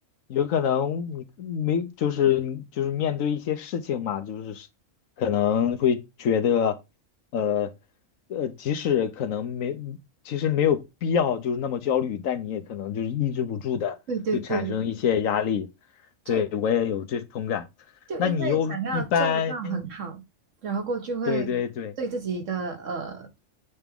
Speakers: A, on the left; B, on the right.
A: 有可能你没，就是就是面对一些事情嘛，就是可能会觉得，呃呃，即使可能没，其实没有必要就是那么焦虑，但你也可能就是抑制不住的会产生一些压力。
B: 对对对，
A: 对，
B: 就
A: 我也有这同感。
B: 就因为想要做到很好，
A: 那你又一般，
B: 然后过后就会对自己的呃
A: 对对对。